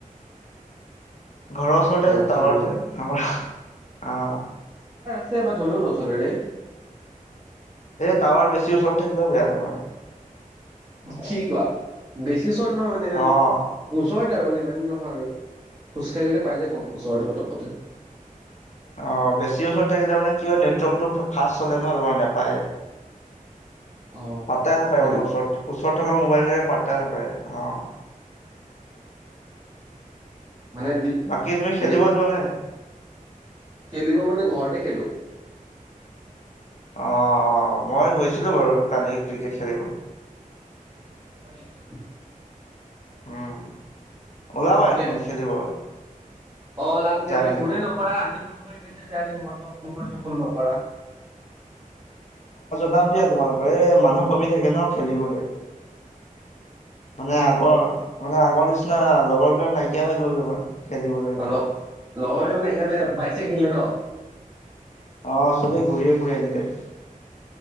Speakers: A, on the left (about 55°); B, on the right (about 25°).
A: ঘৰৰ ওচৰতে
B: টাইমটো
A: আছে টাৱাৰ
B: খেলি মেলি
A: যে আমাৰ, আহ।
B: ছে বাৰ ধলো নচলে ৰে।
A: টাৱাৰ বেছি ওচৰত থাকিলেও বেয়া তোমাৰ।
B: কি কোৱা বেছ কিচন নহ মানে
A: অ',
B: অলপ ওচৰত টা মানে ইমান নহয় আৰু ওচ কে গলে পাই যায় কম ওচৰতে পতককতে
A: অ বেছিৰ ওচৰত থাকিলে মানে কিয় নেটৱৰ্কটো ফাষ্ট চলে ন তোমাৰ নাপায়।
B: অ
A: পাতাই নাপায়
B: হয়
A: মানে
B: নেকি
A: ওচৰত। চত থকা মোবাইল যে পাত্তা নেপায় অ।
B: মানে
A: বাকী তুমি
B: বি
A: খেলিব যোৱা নাই?
B: খেলিব মানে ঘৰতে খেলো
A: অ মই গৈছিলো বাৰু কালি ক্ৰিকেট খেলিব,
B: অ ব <unintelligible>
A: উম। ওলাবা
B: ঠিকে
A: এদিন
B: আছে
A: খেলিব,
B: অ লামগে
A: যাম
B: তুমি
A: এদিন।
B: ফোনে নকৰা আজি, ফোন কৰিছে যে আজি মই ফোন ফোন নকৰা
A: যাম দিয়া তোমালোকৰ এ মানুহ কমি থাকে ন খেলিবলৈ, মানে আগৰ, মানে আগৰ নিচিনা লগৰবিলাক নাই নাইকিয়া হৈ গ'ল তোমাৰ খেলিবলৈ এনেকুৱা,
B: অলপ লগৰ মানে সেইকাৰণে বাইক চ কিনিলে ন?
A: আহ চবেই ঘূৰি ফুৰি এনিটাইম।